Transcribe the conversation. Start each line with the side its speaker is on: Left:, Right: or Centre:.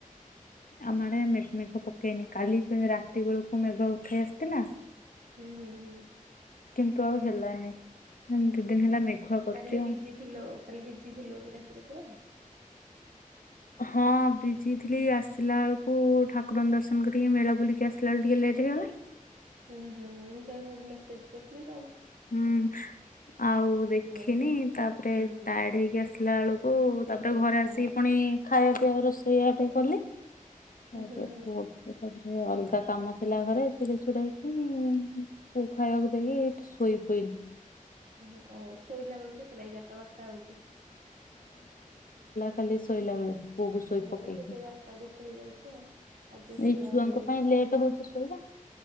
Left: ଆମ ଆଡେ ମେ-ମେଘ ପକେଇନି କାଲି ରାତି ବେଳକୁ ମେଘ ଉଠେଇ ଆସିଥିଲା
Right: ହୁଁ ହୁଁ ହୁଁ।
Left: କିନ୍ତୁ ଆଉ ହେଲାନି। ମାନେ ଦି ଦିନ ହେଲା
Right: ଓହୋ
Left: ମେଘୁଆ କରୁଛି
Right: କାଲି ବିଜି
Left: ଆଉ।
Right: ଥିଲ ଓ କାଲି ବିଜି ଥିଲ ବି ରାତିରେ ପୁରା।
Left: ହଁ ବିଜିଥିଲି ଆସିଲା ବେଳକୁ ଠାକୁରଙ୍କ ଦର୍ଶନ କରିକି ମେଳା ବୁଲିକି ଆସିଲା ବେଳେ ଟିକେ ଲେଟ୍ ହେଇଗଲା।
Right: ହୁଁ ହୁଁ ହୁଁ ମୁଁ ସବୁ ମାନ୍ ମେସେଜ କରୁଥିଲି।
Left: ହୁଁ ଆଉ
Right: ଆସିନଥିବେ।
Left: ଦେଖିନି ତାପରେ
Right: ହୁଁ ହୁଁ
Left: ଟାଏଡ଼ ହେଇକି ଆସିଲା ବେଳକୁ
Right: ଶୋଇପଡିଥିବ।
Left: ତାପରେ ଘରେ ଆସିକି ପୁଣି ଖାଇବା ପିଇବା ରୋଷେଇ ଆଟେ କଲେ। ତାପରେ
Right: ହୁଁ ହୁଁ
Left: ଫ୍ରି
Right: ହୁଁ।
Left: ଅଛି। ତାପରେ ଅଲଗା କାମ ଥିଲା ଘରେ ଛିଡେଇ ଛୁଡାକି ପୁଅକୁ ଖାଇବାକୁ ଦେଇକି ଏଇଠି ଶୁ ଶୋଇପଇଲି।
Right: ହୁଁ ଆ ଶୋଇଲା ବେଳକୁ କେତେଟା ଏଗାରଟା ବାରଟା ହୋଉଚି?
Left: ଖାଲି ଶୋଇଲା ବେଳକୁ। ପୁଅକୁ ଶୋଇ
Right: ମୁଁ
Left: ପକେଇକି
Right: ବି ତ ସେଇ ବାରଟା ଗୋଟେ ହେଇଯାଉଛି ଆଉ ଆଜି ଉଠିଲା
Left: ଏଇ ଛୁଆଙ୍କ
Right: ବେଳେ ଲେଟ
Left: ପାଇଁ ଲେଟ୍ ହଉଛି ଶୋଇବା